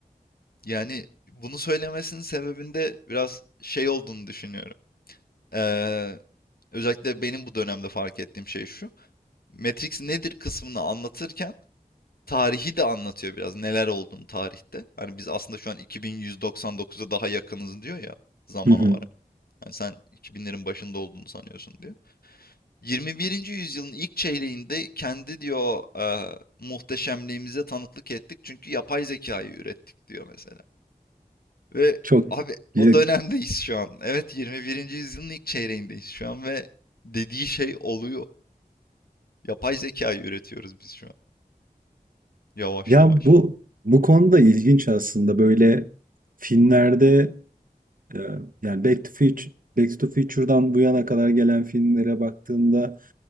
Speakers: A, on the left (about 75°); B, on the right (about 65°).
A: Yani bunu söylemesinin sebebinde biraz şey olduğunu düşünüyorum. Ee, özellikle benim bu dönemde fark ettiğim şey şu. Matrix nedir kısmını anlatırken tarihi de anlatıyor biraz. Neler olduğunu tarihte. Hani biz aslında şu an 2199'a daha yakınız diyor ya zaman
B: Hı hı.
A: olarak. Yani sen 2000'lerin başında olduğunu sanıyorsun diyor. 21. yüzyılın ilk çeyreğinde kendi diyor e, muhteşemliğimize tanıklık ettik çünkü yapay zekayı ürettik diyor mesela. Ve
B: Çok
A: abi
B: ya,
A: o dönemdeyiz şu an. Evet 21. yüzyılın ilk çeyreğindeyiz şu an ve dediği şey oluyor. Yapay zekayı üretiyoruz biz şu an. Yavaş
B: ya
A: yavaş.
B: bu bu konuda ilginç aslında böyle filmlerde e, yani Back to Future, Back to Future'dan bu yana kadar gelen filmlere baktığında